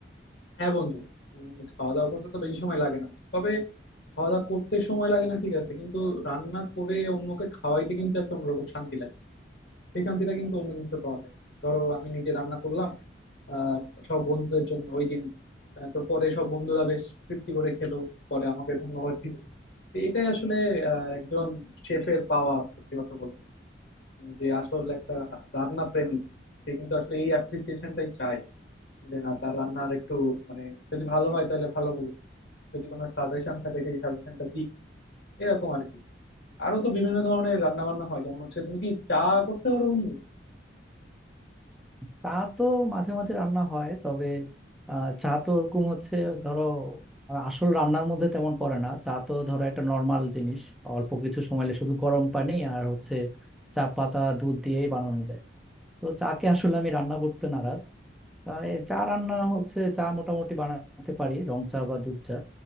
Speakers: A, on the left; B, in the centre.
A: হ্যাঁ বন্ধু উম, খাওয়া দাওয়া করতে তো বেশি সময় লাগে না তবে খাওয়া দাওয়া করতে সময় লাগে না ঠিক আছে কিন্তু রান্না করে অন্যকে খাওয়াইতে কিন্তু একটা অন্যরকম শান্তি লাগে সেই শান্তিটা কিন্তু অন্য কিছুতে পাওয়া যায় না। ধরো আমি নিজে রান্না করলাম আহ সব বন্ধুদের জন্য ওই দিন আহ, তো পরে সব বন্ধুরা বেশ তৃপ্তি করে খেলো পরে আমাকে ধন্যবাদ দিল তো এটাই আসলে আহ, একজন শেফের পাওয়া সত্যি কথা বলতে যে আসল একটা রান্না প্রেমী সে কিন্তু আসলে এই অ্যাপ্রিসিয়েশনটাই চায় যে না তার রান্নার একটু মানে যদি ভালো হয় তাহলে ভালো বলুক যদি কোনো সাজেশন থাকে সেই সাজেশনটা দিই এরকম আর কি আরো তো বিভিন্ন ধরনের রান্না বান্না হয় যেমন হচ্ছে তুমি কি চা করতে পারো বন্ধু
B: চা তো মাঝে মাঝে রান্না হয় তবে আহ, চা তো ওরকম হচ্ছে ধরো আর আসল রান্নার মধ্যে তেমন পড়ে না চা তো ধরো একটা নর্মাল জিনিস অল্প কিছু সময় লাগে, শুধু গরম পানি আর হচ্ছে চা পাতা দুধ দিয়েই বানানো যায় তো চাকে আসলে আমি রান্না করতে নারাজ আহ, এ চা রান্না হচ্ছে চা মোটামুটি বানাতে পারি রং চা বা দুধ চা